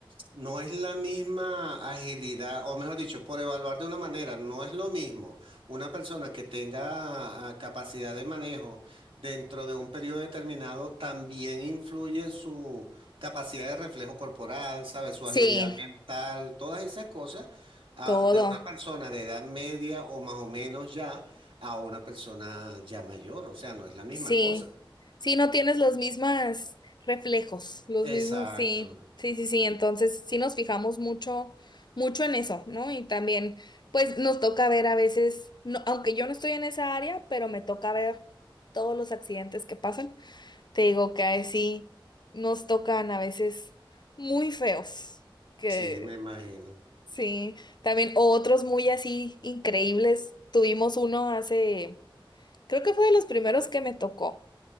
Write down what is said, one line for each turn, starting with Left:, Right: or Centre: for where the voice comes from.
Right: no es la misma agilidad, o mejor dicho, por evaluar de una manera, no es lo mismo una persona que tenga ah, capacidad de manejo dentro de un periodo determinado, también influye su capacidad de reflejo corporal, sabe, su
Left: Sí,
Right: agilidad mental, todas esas cosas, ah,
Left: todo,
Right: de una persona de edad media o más o menos ya a una persona ya mayor, o sea, no es la misma
Left: sí,
Right: cosa.
Left: sí, no tienes los mismos reflejos, los
Right: Exacto.
Left: mismos, sí, sí, sí, sí, entonces sí nos fijamos mucho, mucho en eso, ¿no? Y también, pues nos toca ver a veces, no, aunque yo no estoy en esa área, pero me toca ver todos los accidentes que pasan. Te digo que ahí sí nos tocan a veces muy feos, que
Right: Sí, me imagino.
Left: sí, también otros muy así increíbles. Tuvimos uno hace, creo que fue de los primeros que me tocó.